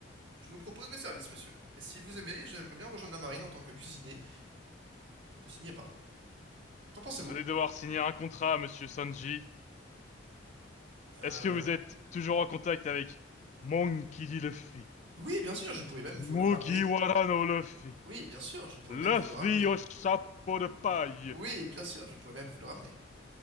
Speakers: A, on the right; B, on the left.
A: Je vous propose mes services, monsieur. Et si vous aimez, j'aimerais bien rejoindre la marine en tant que cuisinier. que Signé, pardon. Qu'en pensez-vous?
B: Vous allez devoir signer un contrat, monsieur Sanji.
A: Euh,
B: Est-ce que vous êtes toujours en contact avec Monkey D. Luffy,
A: Oui, bien sûr, je pourrais même vous
B: Mugiwara
A: le ramener.
B: no Luffy,
A: Oui, bien sûr, je pourrais
B: Luffy
A: même vous le ramener.
B: au chapeau de paille?
A: Oui, bien sûr, je pourrais même vous le ramener.